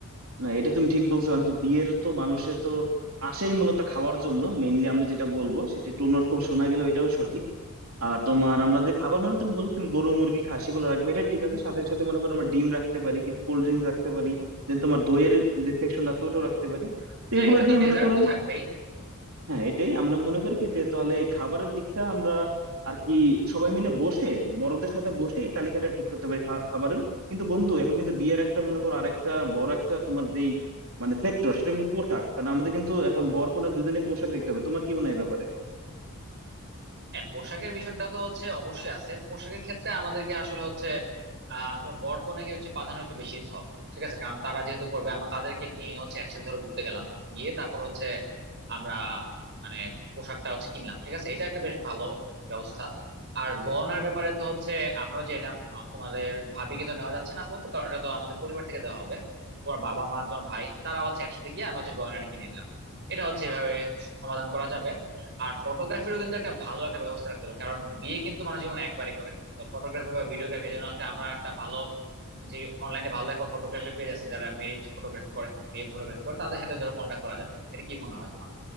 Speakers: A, on the right; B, on the right.
A: না এটা তুমি ঠিক বলছো কারণ কি বিয়ের তো মানুষের তো আসেই মূলত খাওয়ার জন্য মেইনলি আমরা যেটা বলবো সেটা একটু অন্যরকম শোনা গেল এটাও সঠিক আর তোমার আমরা যে খাবার মানে তুমি বললো তুমি গরু মুরগি খা সেগুলো রাখবে এটা ঠিক আছে সাথে সাথে মনে করো আমরা ডিম রাখতে পারি কিছু কোল্ড ড্রিঙ্কস রাখতে পারি দেন তোমার দইয়ের যে সেকশন আছে ওটাও রাখতে পারি তো
B: হ্যাঁ
A: এগুলো
B: এটা
A: দিয়ে
B: তো ডেজার্ট
A: মনে করো
B: তো থাকবেই
A: হ্যাঁ এটাই আমরা মনে করি কি যে তাহলে এই খাবারের দিকটা আমরা আর কি সবাই মিলে বসে বড়দের সাথে বসে এই তালিকাটা ঠিক করতে পারি খা- খাবারের কিন্তু বন্ধু এখন কিন্তু বিয়ের একটা মনে করো আরেকটা বড় একটা তোমার যেই মানে সেক্টর সেটা কিন্তু পোশাক কারণ আমাদের কিন্তু এখন বর কনে দুজনে পোশাক দেখতে হবে তোমার কি মনে হয় এই ব্যাপারে
B: হ্যাঁ পোশাকের বিষয়টা তো হচ্ছে অবশ্যই আছে পোশাকের ক্ষেত্রে আমাদেরকে আসলে হচ্ছে আহ তোমার বর কনেকে হচ্ছে প্রাধান্য একটু বেশি দিতে হবে ঠিক আছে কারণ তারা যেহেতু পড়বে আমরা তাদেরকে নিয়ে হচ্ছে একসাথে ধরো ঘুরতে গেলাম গিয়ে তারপর হচ্ছে আমরা মানে পোশাকটা হচ্ছে কিনলাম ঠিক আছে এটা একটা বেশ ভালো ব্যবস্থা আর গহনার ব্যাপারে তো হচ্ছে আমরা যে এলাম আহ, তোমাদের ভাবিকে তো নেওয়া যাচ্ছে না আপাতত কারণ এটা তো আমাদের পরিবার থেকে দেওয়া হবে তোমার বাবা মা তোমার ভাই তারা হচ্ছে একসাথে গিয়ে আমরা হচ্ছে গয়নাটা কিনে নিলাম এটা হচ্ছে এভাবে সমাধান করা যাবে আর ফটোগ্রাফিরও কিন্তু একটা ভালো একটা ব্যবস্থা রাখতে হবে কারণ বিয়ে কিন্তু মানুষ জীবনে একবারই করে তো ফটোগ্রাফি বা ভিডিওগ্রাফি এর জন্য একটা আমরা একটা ভালো যে অনলাইনে ভালো একটা ফটোগ্রাফির পেজ আছে যারা ম্যারেজ ফটোগ্রাফি করে বিয়ে ফটোগ্রাফি করে তাদের সাথে ধরো কন্ট্যাক্ট করা যাবে এটা কি মনে হয় তোমার